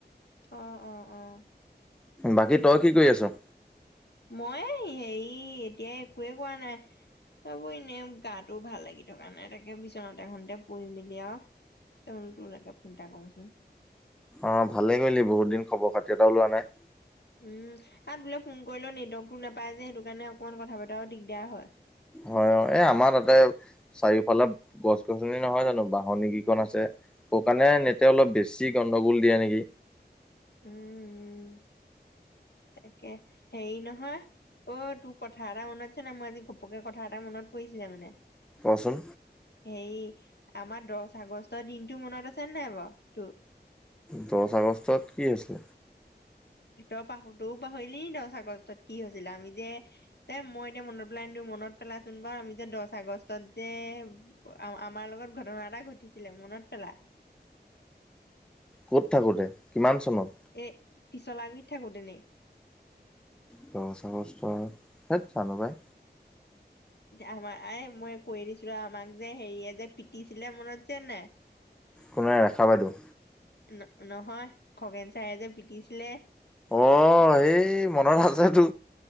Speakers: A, on the left (about 70°); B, in the centre.
A: অ অ অ
B: বাকী তই কি কৰি আছ
A: মই হেৰি এতিয়া একোৱে কৰা নাই তাকো এনেই গাটো ভাল লাগি থকা নাই তাকে বিচনাতে এখনতে পৰি মেলি আও তাৰপিছত তোলৈকে ফোন এটা কৰো চোন।
B: অ ভালে কৰিলি বহুত দিন খবৰ খাতি এটাও লোৱা নাই।
A: উম আৰু তোলে ফোন কৰিলেও নেটৱৰ্কটো নাপাই যে সেইটো কাৰণে অকণমান কথা পতাও দিগদাৰ হয়।
B: হয় অ এই আমাৰ তাতে চাৰিওফালে গছ গছনি নহয় জানো বাঁহনি কেইখন আছে। সৌ কাৰণে‌ নেটে
A: উম,
B: অলপ বেছি গণ্ডগোল দিয়ে নেকি।
A: উম উম তাকে হেৰি নহয় অ তোৰ কথা এটা মনত আছে নে মই আজি ঘপকে কথা এটা মনত পৰিছিলে মানে
B: ক'চোন।
A: হেৰি আমাৰ দচ আগষ্টৰ দিনটো মনত আছেনে নাই বাৰু তোৰ
B: দহ আগষ্টত কি হৈছিল
A: তয়ো পাহো তইয়ো পাহৰিলি নি দহ আগষ্টত কি হৈছিল আমি যে এ মই এতিয়া মনত পেলাই নিদিও মনত পেলাচোন বাৰু আমি যে দহ আগষ্টত যে আ আমাৰ লগত ঘটনা এটা ঘটিছিলে মনত পেলা
B: ক'ত থাকোঁতে কিমান চনত
A: এ পিছলা গুৰিত থাকোতেনি।
B: দহ আগষ্ট হেত জানু পাই।
A: আমাৰ এই মই কৈ দিছো ৰ আমাক যে হেৰিয়ে যে পিটিছিলে মনত আছে নাই
B: কোনে ৰেখা বাইদেউ।
A: ন' নহয় খগেন চাৰে যে পিটিছিলে।
B: অ এই মনত আছে তো